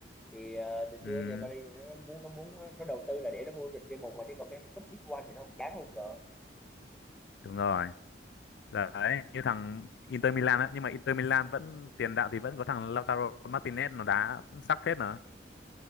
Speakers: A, in the centre; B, on the left.
A: thì ờ, từ
B: Ừ,
A: xưa giờ Paris thì nó muốn nó muốn nó, đầu tư là để nó vô địch C1 mà chứ còn cái cái cúp Big One thì nó cũng chán không rồi
B: đúng rồi. Đấy, như thằng Inter Milan á, nhưng mà Inter Milan vẫn tiền đạo thì vẫn có thằng Lautaro Martinez nó đá cũng sắc phết mà.